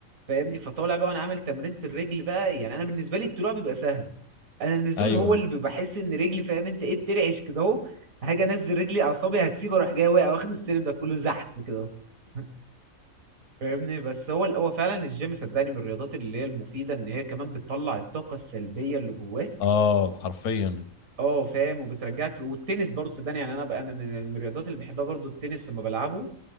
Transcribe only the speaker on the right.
فاهمني فطالع بقى وانا عامل تمرينة الرجل بقى يعني انا بالنسبه لي الطلوع بيبقى سهل انا النزول
هو اللي بحس ان رجلي فاهم انت ايه بترعش كده اهو هاجي انزل رجلي اعصابي هتسيب اروح جاي واقع واخد السلم ده كله زحف كده اهو <laughs> فاهمني بس هو هو فعلا الجيم صدقني من الرياضات اللي هي المفيده ان هي كمان بتطلع الطاقه السلبيه اللي جواك
اه فاهم وبترجعك في... والتنس برضه صدقني يعني انا بقى انا من من الرياضات اللي بحبها برضه التنس لما بلعبه